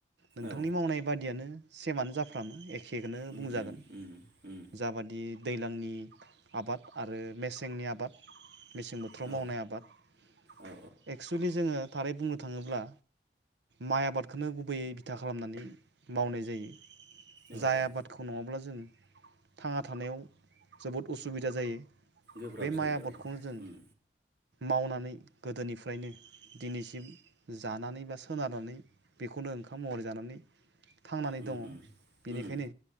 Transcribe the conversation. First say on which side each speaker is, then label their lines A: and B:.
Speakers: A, on the right; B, on the right.
A: नोंथांनि
B: औ
A: मावनाय बादियानो सेमानो जाफ्रामो ए खेखौनो
B: उम
A: बुंजागोन
B: उम उम उम
A: जाबादि दैज्लांनि आबाद आरो मेसेंनि आबाद मेसें बोथोराव
B: औ
A: मावनाय आबाद
B: औ
A: एक्सुेलि जोङो थारै बुंनो थाङोब्ला माइ आबादखौनो गुबैयै बिथा खालामनानै मावनाय जायो
B: औ
A: जाय
B: औ
A: आबाद खौ नङाब्ला जों थांना थानायाव जोबोद उसुबिदा जायो
B: गोब्राब
A: बे
B: जायो
A: माइ आबादखौनो
B: औ
A: जों
B: उम
A: मावनानै गोदोनिफ्रायनो दिनैसिम जानानै बा सोनारनानै बेखौनो ओंखाम महरै जानानै थांनानै
B: उम
A: दङ
B: उम
A: बेनिखायनो
B: उम